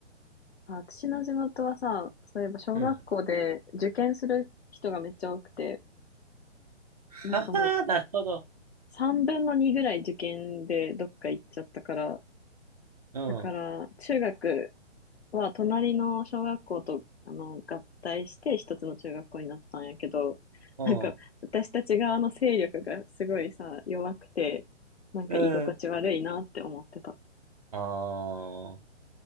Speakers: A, on the left; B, on the right.
A: あ、私の地元はさ、そういえば小学校で受験する人がめっちゃ多くて、
B: うん。
A: なんかもう
B: はは、なるほど。
A: 3分の2ぐらい受験でどっか行っちゃったから、
B: うん。
A: だから中学は隣の小学校とあの合体して一つの中学校になったんやけど、
B: うん。
A: なんか私たち側の勢力がすごいさ、弱くて、なんか居心地悪いなって思ってた。
B: うん。ああ。